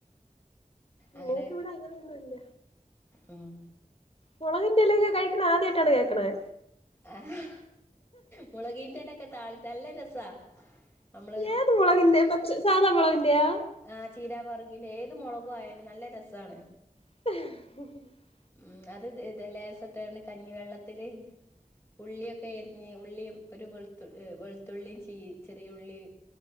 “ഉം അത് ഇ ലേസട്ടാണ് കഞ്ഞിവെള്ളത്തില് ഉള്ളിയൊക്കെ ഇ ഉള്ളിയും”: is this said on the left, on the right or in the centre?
Left